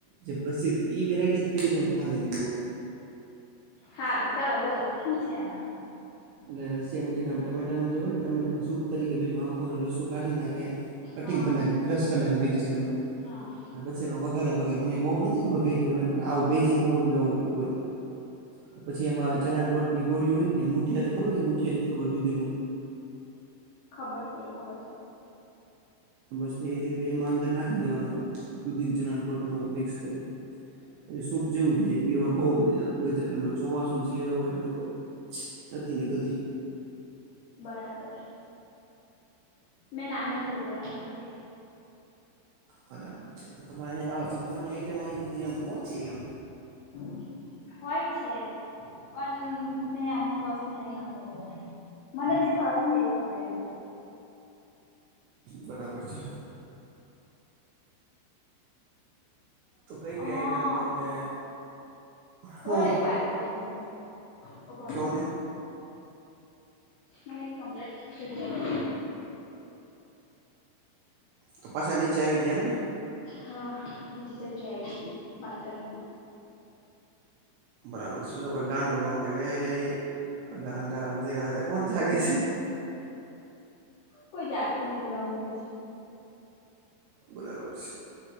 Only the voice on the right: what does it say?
જે પ્રસિદ્ધ ઈ વેરાયટી કોઈ તમે ખાધેલી ન હોય.
એટલે રસિયા મુઠીયા નું આમ ટમેટાનું જોય ને ટમેટા સૂપ તરીકે ધોને આખો અલો રસો કાઢી નાખે, કટિંગ
કરી નાખે ક્રશ કરી નાખે મિક્સચરમાં,
પછી એનો વગારે વગરે મને બહુ નથી ખબર કે રીતે મને પણ આવું બેઝિક ઓવ હોય, પછી એમાં ચના લોટ ની ગોળી હોય ને મુઠિયા તો ખબર કે મુઠીયા ખબર દૂધીના,
બસ એથી એમાં અંદર નાખી દેવાનું હોય દૂધી ન ચણા લોટ ન હોય મિક્સ કરીને, પછ સૂપ જેવું એ પીવાનું બહ મજા આવે ગજબ એમાં ચોમાસું શિયાળો હોય એટલે તો, ગતિ ને ગતિ.
બરાબર, તમારે જમવાની આઈટમ આવી બધી એમ ઓછી એમ
બરાબર છે. તો કઈ કઈ
આઈટમ તમને
હું
કયો ને
તો પાછા નીચે આવી ગયા એમને.
બરાબર છે શું કોઈ ગાંડો ન કે ગઈ ગાંડા અડધી રાતે કોણ જાગે છે.
બરાબર